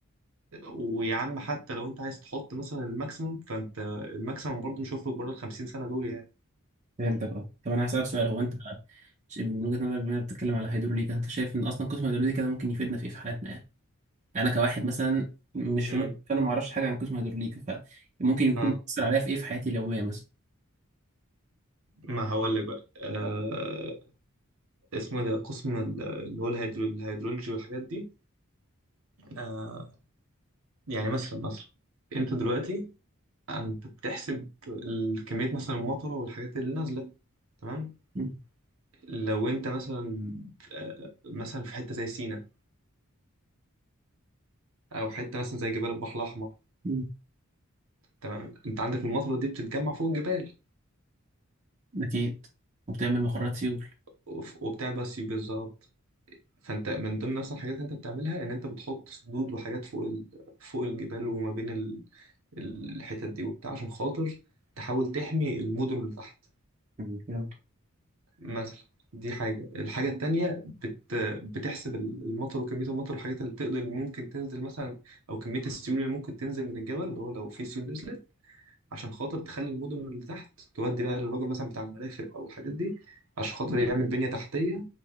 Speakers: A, on the right; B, on the right.
A: ويا عم حتى لو انت عايز تحط مثلا الماكسيمم فانت الماكسيمم برضه مش هيخرج بره ال 50 سنه دول يعني
B: فهمتك اه طب انا هسالك سؤال هو انت ش- من وجهه نظرك بما إنك بتتكلم على هيدروليكا انت شايف ان اصلا قسم هيدروليكا ده ممكن يفيدنا في ايه في حياتنا يعني؟ انا كواحد مثلا مش
A: امم
B: في مدني، فانا ما اعرفش حاجه عن قسم هيدروليكا فممكن يكون
A: اه
B: بيأثر عليا في ايه في حياتي اليوميه مثلا
A: ما هقول لك بقى آه اسمه إيه ده قسم ال- اللي هو الهيدرو... الهيدرولوجي والحاجات دي آه يعني مثلا مثلا انت دلوقتي انت بتحسب الكميه مثلا المطره والحاجات اللي نازله تمام
B: مم.
A: لو انت مثلا آه، مثلا في حته زي سينا او حته مثلا زي جبال البحر الاحمر
B: مم.
A: تمام انت عندك المطره دي بتتجمع فوق الجبال
B: اكيد وبتعمل مخرجات سيول
A: وف- وبتعمل سيول بالظبط فانت من ضمن اصلا الحاجات اللي انت بتعملها ان انت بتحط سدود وحاجات فوق ال... فوق الجبال وما بين ال... ال- الحتت دي وبتاع عشان خاطر تحاول تحمي المدن اللي تحت
B: مم. فهمت
A: مثلا دي حاجة الحاجة التانية بت... بتحسب ال- المطر وكمية المطر والحاجات اللي تقدر اللي ممكن تنزل مثلا أو كمية السيول اللي ممكن تنزل من الجبل اللي هو لو في سيول نزلت عشان خاطر تخلي المدن اللي تحت تودي بقى للراجل مثلا بتاع المرافق أو الحاجات دي عشان خاطر يعمل بنية تحتية